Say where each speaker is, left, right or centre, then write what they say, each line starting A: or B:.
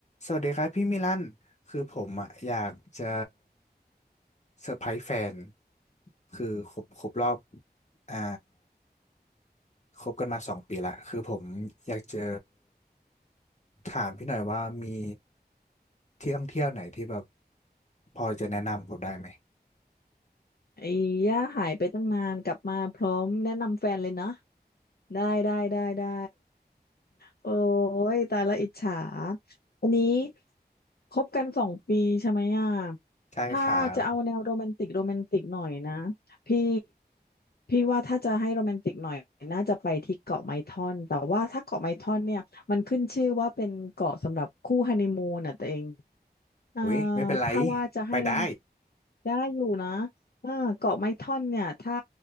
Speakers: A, on the left; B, on the left.
A: สวัสดีครับพี่มิลันคือผมอ่ะอยากจะเซอร์ไพรส์แฟนคือครบครบรอบอ่าคบกันมาสองปีละคือผมอยากจะถามพี่หน่อยว่ามีที่ท่องเที่ยวไหนที่แบบพอจะแนะนำผมได้ไหม
B: ไอ้ย่าหายไปตั้งนานกลับมาพร้อมแนะนำแฟนเลยนะได้ได้ได้ได้โอ้ยตายละอิจฉาอันนี้คบกันสองปีใช่ไหมอ่ะ
A: ใช่ครับ
B: ถ้าจะเอาแนวโรแมนติกโรแมนติกหน่อยนะพี่พี่ว่าถ้าจะให้โรแมนติกหน่อยน่าจะไปที่เกาะไม้ท่อนแต่ว่าถ้าเกาะไม้ท่อนเนี่ยมันขึ้นชื่อว่าเป็นเกาะสำหรับคู่ฮันนีมูนอ่ะตัวเอง อ่า
A: อุ้ยไม่เป็นไร
B: ถ้าว่าจะให้
A: ไปได้
B: ได้อยู่นะอ่าเกาะไม้ท่อนเนี่ยถ้า